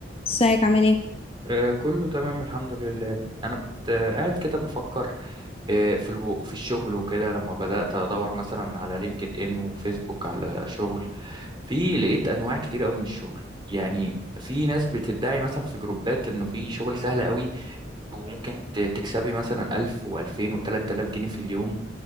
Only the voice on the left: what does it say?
ازيك عامل ايه؟